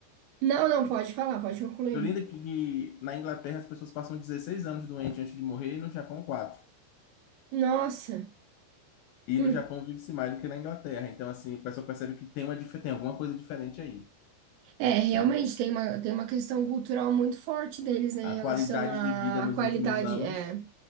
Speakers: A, on the right; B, on the left.
A: Não, não, pode falar, pode concluir.
B: Eu lembro que, que na Inglaterra as pessoas passam 16 anos doentes antes de morrer e no Japão 4.
A: Nossa.
B: E
A: Hum.
B: no Japão vive-se mais do que na Inglaterra. Então, assim, o pessoal percebe que tem, uma, dif- tem alguma coisa diferente aí,
A: É, realmente
B: né?
A: tem uma, tem uma questão cultural muito forte deles, né,
B: A
A: em relação
B: qualidade
A: à,
B: de vida nos
A: à qualidade.
B: últimos anos
A: É,